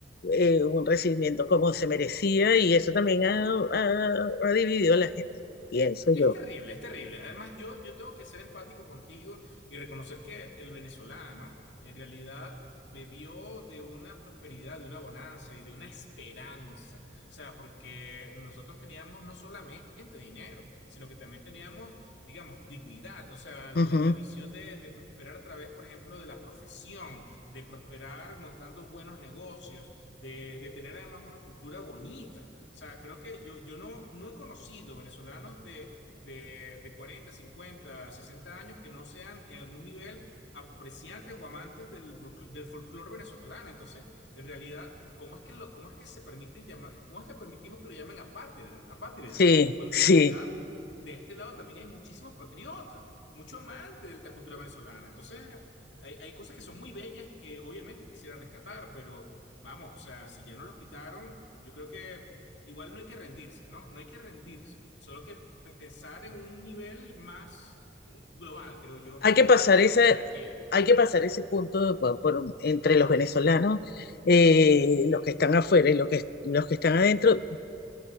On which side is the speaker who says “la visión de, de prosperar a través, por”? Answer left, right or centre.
Left